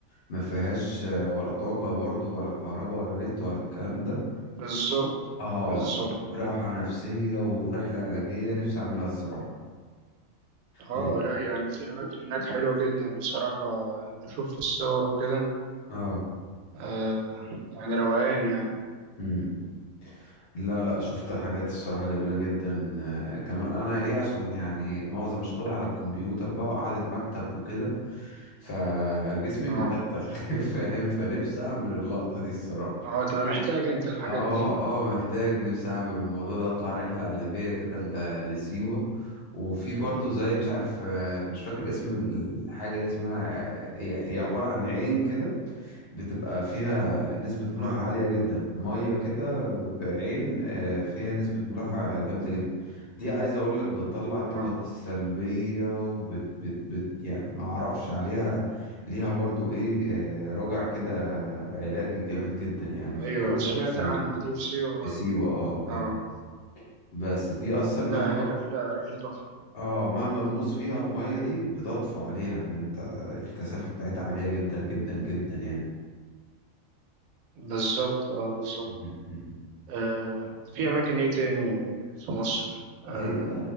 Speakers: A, on the left; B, on the right.
A: ما فيهاش آه، ولا طاقة برضو ولا كهرباء ولا نت ولا الكلام ده
B: بالظبط
A: اه
B: بالظبط
A: راحة نفسية ورحلة علاجية نفسي اعملها الصراحة
B: اه
A: لأن-
B: لا يعني في اماكن هناك حلوه جدا بصراحه بشوف في الصور وكده
A: اه
B: آه يعني روقان يعني
A: مم. لا لا شفت حاجات الصراحة جميلة جدا آه، كمان أنا إيه عشان يعني معظم شغلي على الكمبيوتر بقى وقعدة مكتب وكده فجسمي
B: اه
A: متدغدغ <laughs> فاهم فنفسي أعمل اللقطة دي الصراحة
B: اه تبقى محتاج انت الحاجات
A: اه
B: دي
A: اه محتاج نفسي أعمل الموضوع ده أطلع رحلة علاجية كده ل- لسيوة وفي برضه زي مش عارف آه، مش فاكر اسم الحاجة إيه اسمها آه، هي هي عبارة عن عين كده بتبقى فيها نسبة ملوحة
B: اه
A: عالية جدا مية كده بعين آه، فيها نسبة ملوحة جامدة جدا دي عايز اقول لك بتطلع الطاقات
B: اه
A: السلبية وبت بت بت يعني ما اعرفش عليها ليها برضو ايه آه، راجع كده علاجي جامد جدا يعني في
B: ايوه
A: كل ده
B: سمعت
A: في سيوة
B: عنها دي في سيوه برضه
A: في سيوة اه
B: اه
A: اه بس دي اصلا مهما
B: لا هي رحله رحله تحفه
A: اه مهما تغوص فيها المية دي بتطفو عليها ان انت الكثافة بتاعتها عالية جدا جدا جدا يعني
B: بالظبط اه بالظبط
A: <laughs> مم.
B: آه في اماكن ايه تاني في مصر آه
A: هي